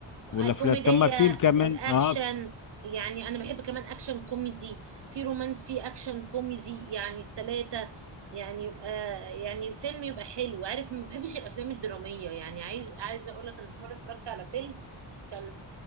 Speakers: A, on the left; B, on the right.
A: والافلام
B: الكوميدية
A: طب ما في كمان
B: الأكشن
A: اه في-
B: يعني أنا بحب كمان أكشن كوميدي في رومانسي أكشن كوميدي يعني التلاتة يعني يبقى يعني فيلم يبقى حلو عارف ما بحبش الأفلام الدرامية يعني عايز عايزة أقول لك أنا في مرة اتفرجت على فيلم كان